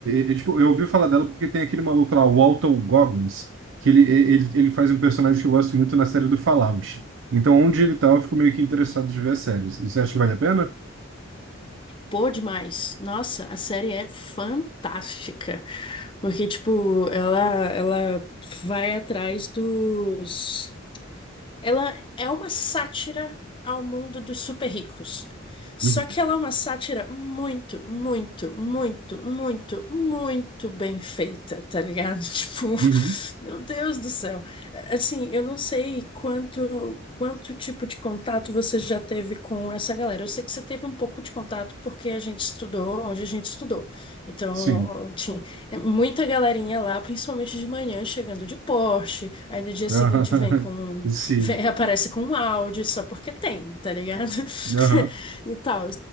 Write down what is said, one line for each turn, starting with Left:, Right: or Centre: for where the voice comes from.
Right: eu, tipo, eu ouvi falar dela porque tem aquele maluco lá, o Walton Goggins, que ele, e- ele, ele faz um personagem que eu gosto muito na série do Fallout. Então, onde ele tá, eu fico meio que interessado de ver as séries. Você acha que vale a pena?
Left: Pô, demais. Nossa, a série é fantástica. Porque, tipo, ela, ela vai atrás dos. Ela é uma sátira ao mundo dos super ricos. Só
Right: Uhum.
Left: que ela é uma sátira muito, muito, muito, muito, muito bem feita, tá ligado? <laughs> Tipo,
Right: Uhum.
Left: meu Deus do céu. Assim, eu não sei quanto quanto tipo de contato você já teve com essa galera. Eu sei que você teve um pouco de contato porque a gente estudou onde a gente estudou. Então,
Right: Sim.
Left: tinha, é Muita galerinha lá, principalmente de manhã, chegando de Porsche. Aí no dia seguinte
Right: Aham.
Left: vem com
Right: <laughs> Sim.
Left: Vem, aparece com um áudio só porque tem, tá ligado? <laughs>
Right: Aham.
Left: E tal.